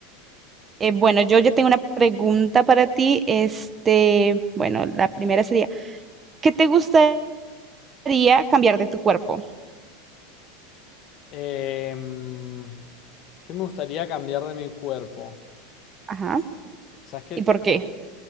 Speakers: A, on the right (about 25°); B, on the left (about 45°).
A: Eh, bueno, yo ya tengo una pregunta para ti. Este, bueno, la primera sería, ¿qué te gusta? haría cambiar de tu cuerpo?
B: Em, ¿qué me gustaría cambiar de mi cuerpo?
A: Ajá.
B: Sabes que
A: ¿Y
B: dura-
A: por qué?